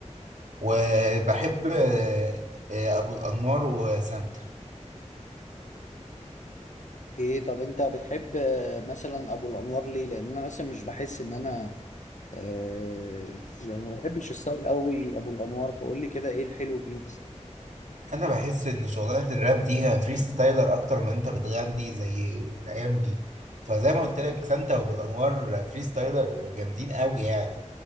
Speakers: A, on the right (about 75°); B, on the left (about 75°).
A: وبحب ابو الانوار وسانتا
B: ايه طب انت بتحب آه، مثلا ابو الانوار ليه لان انا مثلا مش بحس ان انا آه يعني ما بحبش الستايل قوي ابو الانوار فقول لي كده ايه الحلو فيه
A: انا بحس ان شغلانه الراب دي هي فري ستايلر اكتر من انت بتغني زي الايام دي فزي ما قلت لك سانتا وبالانوار فري ستايلر جامدين قوي يعني